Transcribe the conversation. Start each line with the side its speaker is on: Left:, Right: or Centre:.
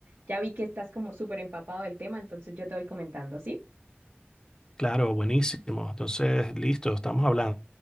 Right: ya vi que estás como súper empapado del tema, entonces yo te voy comentando, ¿sí?
Left: Claro, buenísimo. Entonces, listo, estamos hablando.